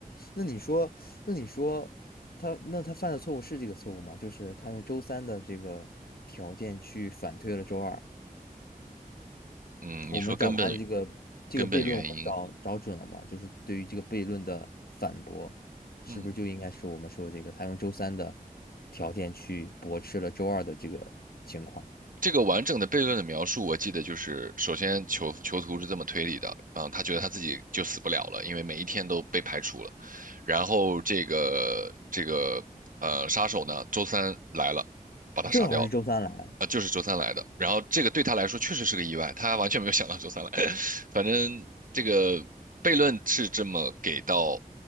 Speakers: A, on the left; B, on the right.
A: 那你说，那你说他，那他犯的错误是这个错误吗？就是他用周三的这个条件去反推了周二。
B: 嗯，
A: 我们找他的这个这个悖论，
B: 你说根本根本原因，
A: 我们找找准了吗？就是对于这个悖论的反驳，是不是就应该是我们说这个他用周三的
B: 嗯，
A: 条件去驳斥了周二的这个情况？
B: 这个完整的悖论的描述，我记得就是，首先囚囚徒是这么推理的，嗯，他觉得他自己就死不了了，因为每一天都被排除了。然后这个这个呃杀手呢，周三来了，把他杀掉了
A: 正好是周三来。
B: 啊，就是周三来的。然后这个对他来说确实是个意外，他完全没有想到周三来。<laughs> 反正这个悖论是这么给到